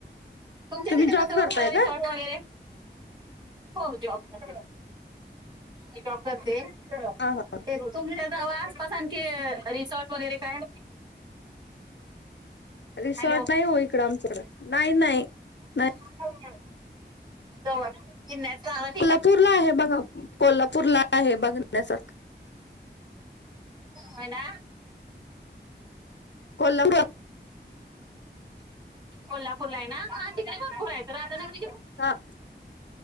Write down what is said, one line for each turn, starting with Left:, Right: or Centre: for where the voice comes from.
Right: तुमच्या
Left: तुम्ही
Right: तिथ
Left: जॉब
Right: पण जवळ
Left: करताय
Right: रिसॉर्ट
Left: का
Right: वगैरे? हो जॉब करते ती जॉब करते.
Left: हा हा
Right: ते तुमच्या जवळ आसपास आणखी रिसॉर्ट वगैरे काय?
Left: रिसॉर्ट
Right: हॅलो
Left: नाही हो इकडं आमच्याकडे नाही -नाही.
Right: <inaudible>
Left: नाही
Right: <inaudible>
Left: कोल्हापूर ला आहे. बघा कोल्हापूरला आहे बघण्यासारखं.
Right: होय ना.
Left: कोल्हापूर?
Right: कोल्हापूरला आहे ना तिकडे भरपूर आहे राधानगरी
Left: <inaudible>